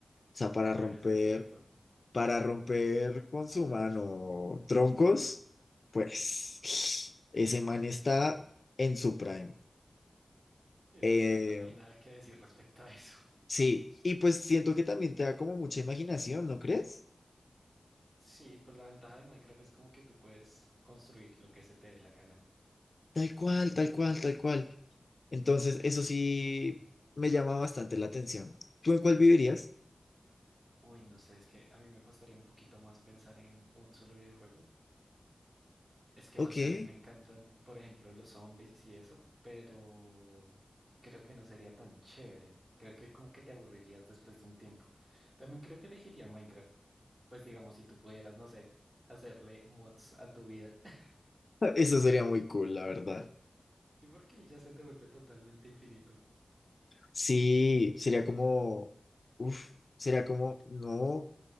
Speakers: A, on the left; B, on the right.
A: sea, para
B: Bueno,
A: romper,
B: eso es cierto,
A: para romper con su mano troncos, pues <sniffs> ese man está en su prime.
B: eso
A: Eh,
B: es cierto, no hay nada que decir respecto a eso.
A: Sí, y pues siento que también te da como mucha imaginación, ¿no crees?
B: Sí, pues la ventaja de Minecraft es como que tú puedes construir lo que se te dé la gana.
A: Tal cual, tal cual, tal cual. Entonces, eso sí me llama bastante la atención. ¿Tú en cuál vivirías?
B: Uy, no sé, es que a mí me costaría un poquito más pensar en un solo videojuego. Es que
A: Ok,
B: no sé, a mí me encantan,
A: <laughs>
B: por ejemplo, los zombies y eso, pero creo que no sería tan chévere. Creo que como que te aburrirías después de un tiempo. También creo que elegiría Minecraft. Pues digamos, si tú pudieras, no sé, hacerle mods a tu vida. <laughs>
A: eso sería muy cool, la verdad.
B: Sí, porque ya se te vuelve totalmente infinito.
A: Sí, sería como, uff, sería como, no,